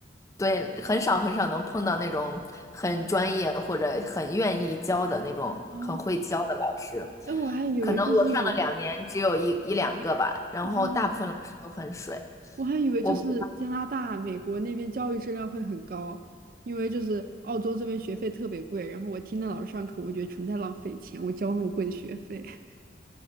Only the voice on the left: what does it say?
对，很少很少能碰到那种很专业或者很愿意教的那种很会教的老师。
可能我上了两年，只有一一两个吧，然后大部分老师都很水。
我不知道，